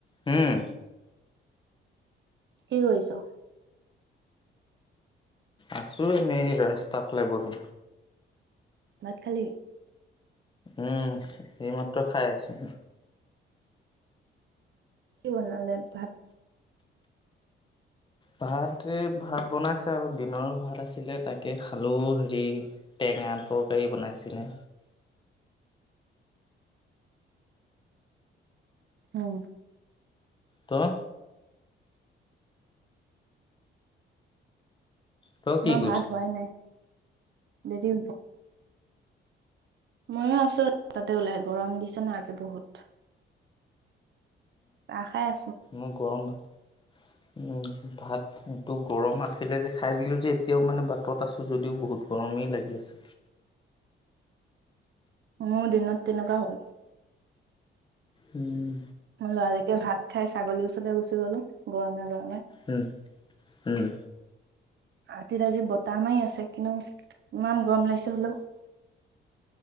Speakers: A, on the left; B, on the right.
A: উম।
B: কি কৰিছ?
A: আছো এনেই ৰাস্তা ফালে বহি।
B: ভাত খালি?
A: উম, এইমাত্ৰ খাই আহিছোঁ।
B: কি বনালে ভাত?
A: ভাত এ ভাত বনাইছে আৰু দিনৰ ভাত আছিলে তাকে খালো, হেৰি তে টেঙা তৰকাৰী বনাইছিলে।
B: উম।
A: তই? তই কি
B: আমাৰ
A: কৰিছ
B: ভাত হোৱাই নাই। দেৰি হ'ব। ময়ো আছোঁ <unintelligible> তাতে ওলাই গৰম দিছে ন' আজি বহুত। চাহ খাই আ
A: মই গৰম ভা
B: <unintelligible>
A: উম, ভাতটো গৰম আছিলে যে খাই দিলো যে এতিয়াও মানে বাটত আছো যদিও বহুত গৰম। <unintelligible> লাগি আছে।
B: <unintelligible> মোৰ দিনত তেনেকুৱা হ'ল।
A: উম।
B: মই লৰালৰিকে ভাত খাই ছাগলীৰ ওচৰলৈ গুচি গ'লো, গৰমে গৰমে।
A: উম। উম।
B: <unintelligible> আজি বতাহ মাৰি আছে কিন্তু ইমান গৰম লাগিছে হলেও।